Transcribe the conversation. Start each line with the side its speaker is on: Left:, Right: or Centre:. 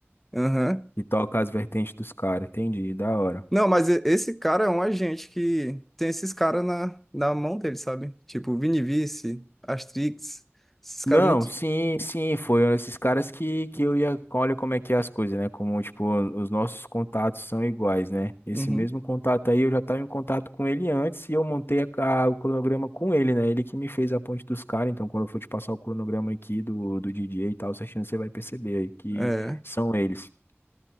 Centre: Aham.
Left: E toca as vertentes dos caras. Entendi. Da hora.
Centre: Não, mas e- esse cara é um agente que tem esses caras na, na mão dele, sabe? Tipo Vinivice, Astrix, esses caras
Left: Não,
Centre: muito.
Left: sim, sim, foram esses caras que, que eu ia. Olha como é que é as coisas, né? Como, tipo, os nossos contatos são iguais, né? Esse
Centre: Uhum.
Left: mesmo contato aí, eu já estava em contato com ele antes e eu montei a- a- o cronograma com ele, né? Ele que me fez a ponte dos caras. Então, quando eu for te passar o cronograma aqui do, do DJ e tal, certinho, você vai perceber aí que
Centre: É.
Left: são eles.